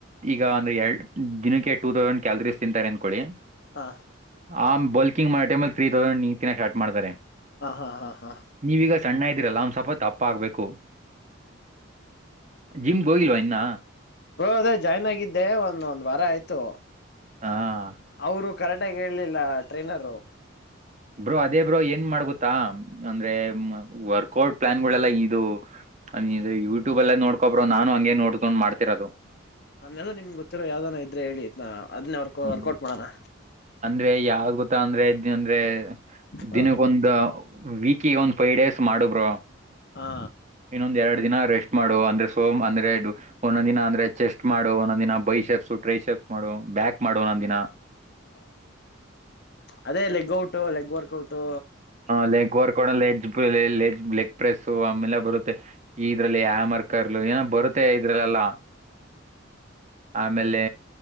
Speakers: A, on the right; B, on the left.
A: ಈಗ ಒಂದ್ ಎಡ್ ದಿನಕ್ಕೆ ಟೂ ಥೋಕ್ಸ್ಯಾಂಡ್ ಕ್ಯಾಲರೀಸ್ ತಿಂತಾರ ಅಂದಕೊಳ್ಳಿ.
B: ಹಾ.
A: ಆ ಬಲ್ಕಿಂಗ್ ಮಾಡೋ ಟೈಮ್ ಅಲ್ಲಿ ಥ್ರೀ ತೌಂಡ್ <unintelligible> ಕಟ್ ಮಾಡ್ತಾರೆ.
B: ಹಾ ಹಾ ಹಾ ಹಾ
A: ನೀವ್ ಈಗ ಸಣ್ಣ ಇದ್ದೀರಲ್ಲ ಒಂದ್ ಸ್ವಲ್ಪ ದಪ್ಪ ಆಗ್ಬೇಕು. ಜಿಮ್ ಹೋಗಿಲ್ವಾ ಇನ್ನ.
B: ಗೋ ಅದೇ ಜಾಯ್ನ್ ಆಗಿದ್ದೆ ಒಂದ ಒಂದ್ ವಾರ ಆಯ್ತು
A: ಹಾ
B: ಅವರು ಕರೆಕ್ಟ್ ಆಗಿ ಹೇಳಲಿಲ್ಲ ಟ್ರೈನರ್.
A: ಬ್ರೋ ಅದೇ ಬ್ರೋ ಏನ್ ಮಾಡ್ಕೊತ್ತಾ ಅಂದ್ರೆ ಹ್ಮ್ಮ್ ವರ್ಕೌಟ್ ಪ್ಲಾನ್ಗಳೆಲ್ಲಾ ಇದು. ನೀ ಯೂಟ್ಯೂಬ್ ಅಲ್ಲೇ ನೋಡ್ಕೊಬ್ರೋ ನಾನು ಹಂಗೆ ನೋಡ್ಕೊಂಡ್ ಮಾಡ್ತಿರೋದು.
B: ಅವನೆಲ್ಲ ನಿಮ್ ಗೊತ್ತಿರೋ ಯಾವ್ದಾನ ಇದ್ರೆ ಹೇಳಿ ಅದನ್ನೇ ವರ್
A: ಹ್ಮ್.
B: ವರ್ಕೌಟ್ ಮಾಡೋಣ.
A: ಅಂದ್ರೆ ಯಾವ್ ಗೊತ್ತಾ ಅಂದ್ರೆ ಇದ ಅಂದ್ರೆ
B: ಹಾ
A: ದಿನಕ್ಕೊಂದ್ ವಿಕಿ ಒಂದ್ ಫೈವ್ ಡೇಸ್ ಮಾಡು ಬ್ರೋ.
B: ಹಾ.
A: ಇನ್ನೊಂದ್ ಎರಡು ದಿನ ರೆಸ್ಟ್ ಮಾಡು ಅಂದ್ರೆ ಸೋಮ್ ಅಂದ್ರೆ ಒಂದೊಂದ ದಿನ ಅಂದ್ರೆ ಚೆಸ್ಟ್ ಮಾಡು ಒಂದ ದಿನ ಬೈ <unintelligible> ಟ್ರೈ ಶಪ್ಸ್ ಮಾಡು ಬ್ಯಾಕ್ ಮಾಡು ಒಂದೊಂದ್ ದಿನ
B: ಹ ಅದೇ ಲೆಗ್ ಔಟ್ ಲೆಗ್ ವರ್ಕ್ಔಟು.
A: ಹ ಲೈಕ್ ವರ್ಕೌಟ್ ಲೀಜ್ ಬೆ ಲೀಜ್ ಲೆಗ್ ಪ್ರೆಸ್ಸು ಆಮೇಲೆ ಬರುತ್ತೆ ಇದ್ರಲ್ಲಿ ಹ್ಯಾಮರ್ ಕರ್ಲು ಏನ ಬರುತ್ತೆ ಇದ್ರಲ್ಲೆಲ್ಲಾ. ಆಮೇಲೆ